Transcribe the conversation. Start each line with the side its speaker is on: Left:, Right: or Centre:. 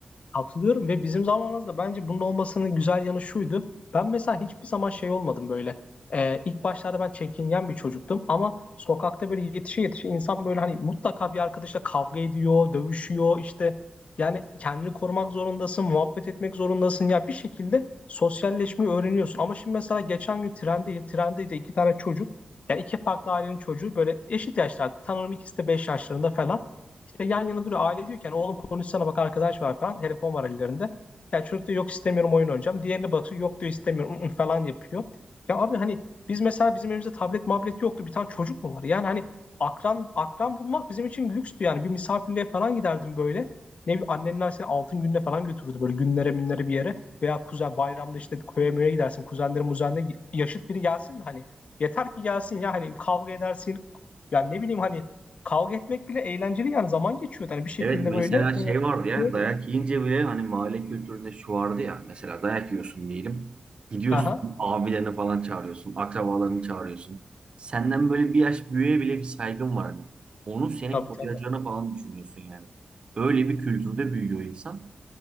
Left: Katılıyorum ve bizim zamanımızda bence bunun olmasının güzel yanı şuydu. Ben mesela hiçbir zaman şey olmadım böyle. Ee, ilk başlarda ben çekingen bir çocuktum ama sokakta böyle yetişe yetişe insan böyle hani mutlaka bir arkadaşla kavga ediyor, dövüşüyor işte. Yani kendini korumak zorundasın, muhabbet etmek zorundasın. Ya bir şekilde sosyalleşmeyi öğreniyorsun. Ama şimdi mesela geçen gün trendeyim. Trende de iki tane çocuk. Yani iki farklı ailenin çocuğu böyle eşit yaşlarda. Sanırım ikisi de 5 yaşlarında falan. İşte yan yana duruyor. Aile diyorken oğlum konuşsana bak arkadaş var falan. Telefon var ellerinde. Ya çocuk diyor yok istemiyorum oyun oynayacağım. Diğerine bakıyor yok diyor istemiyorum <laughs> ı-ı falan yapıyor. Ya abi hani biz mesela bizim evimizde tablet mablet yoktu. Bir tane çocuk mu var? Yani hani akran akran bulmak bizim için lükstü yani. Bir misafirliğe falan giderdim böyle. Ne bileyim annenler seni altın gününe falan götürürdü böyle günlere minlere bir yere. Veya kuzen bayramda işte köye möye gidersin. Kuzenlerin muzenlerin yaşıt biri gelsin hani. Yeter ki gelsin ya hani kavga edersin. Yani ne bileyim hani Kavga etmek bile eğlenceli yani zaman geçiyor. Yani bir şekilde
Right: Evet mesela
Left: böyle e,
Right: şey vardı ya
Left: şey oluyordu.
Right: dayak yiyince bile hani mahalle kültüründe şu vardı ya mesela dayak yiyorsun diyelim. Gidiyorsun
Left: Aha,
Right: abilerini falan çağırıyorsun, akrabalarını çağırıyorsun. Senden böyle bir yaş büyüğe bile bir saygın var hani. Onun seni
Left: tabii
Right: koruyacağını
Left: tabii.
Right: falan düşünüyorsun yani. Öyle bir kültürde büyüyor insan.